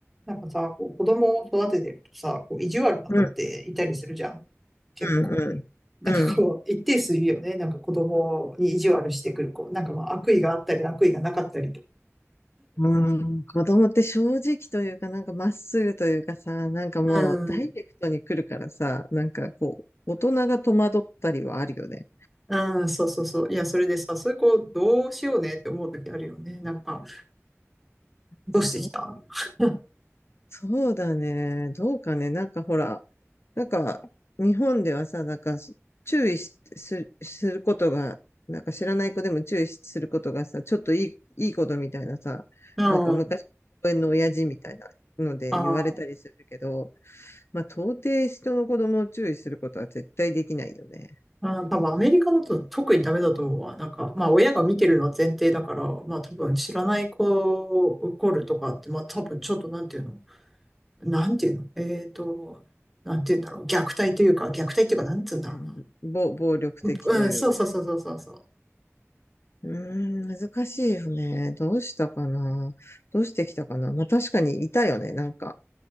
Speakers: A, in the centre; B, on the left (about 55°).
A: なんかさ、こう子供を育ててるとさ、こう意地悪な子っていたりするじゃん。
B: うん、
A: 結構。
B: うん、
A: なんかこう、
B: うん。
A: 一定数いるよね。なんか子供に意地悪してくる子。なんかまあ悪意があったり悪意がなかったりとか。
B: うん、うん子供って正直というか、なんかまっすぐというかさ、なんかもうダイレクトに来るからさ、
A: うん、
B: なんかこう、大人が戸惑ったりはあるよね。
A: うん、そうそうそう。いや、それでさ、そういう子どうしようねって思う時あるよね。なんか、どうしてきた
B: そ、
A: <laughs>
B: そうだね。どうかね。なんかほら、なんか日本ではさ、なんか注意し、す、することが、なんか知らない子でも注意することがさ、ちょっといい、いいことみたいなさ、
A: うん、あ
B: なんか昔、公園の親父みたいなので言われたりするけど、
A: あ、
B: まあ、到底人の子供を注意することは絶対できないよね。
A: うん多分アメリカだと特にダメだと思うわ。なんか、まあ親が見てるのは前提だから、まあ多分知らない子を怒るとかって、まあ多分ちょっとなんていうのなんていうのえっと、なんていうんだろう。虐待というか、虐待というか、なんつうんだろ
B: うん、暴、暴力的というか。
A: うな。うん、そうそうそうそうそうそう。
B: うーん、難しいよね。どうしたかな。どうしてきたかな。まあ、確かにいたよね、なんか。